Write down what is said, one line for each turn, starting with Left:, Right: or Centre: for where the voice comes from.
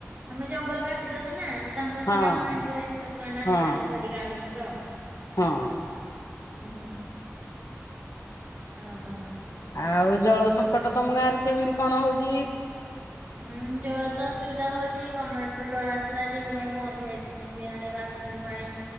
Right: ଆମେ ଜଙ୍ଗଲ କାଟିଦଉଚେ ନା ତାଙ୍କ
Left: ହଁ
Right: ଘର ଆମେ ଭାଙ୍ଗିଦଉଚେ। ତ ସେମାନେ
Left: ହଁ
Right: ଆସିିଯାଉଚନ୍ତି ଭାରି ଗାଁ ଭିତୁରୁକୁ ଆଉ।
Left: ହଁ।
Right: ହୁଁ, ଆଉ କଣ?
Left: ଆଉ ଜଳ ସଙ୍କଟ ତମ ଗାଁ ରେ କେମିତି କଣ ହଉଚି?
Right: ହୁଁ, ଜଳ ତ ଅସୁବିଧା ହଉଚି। ଗମେଣ୍ଟ ରୁ ଜଳ ଆସିଥିଲା ଯେ କଣ ପାଇଁ ବନ୍ଦ ଯାଇଚି। <unintelligible> ଆଣିବା ଆସୁନି ପାଣି।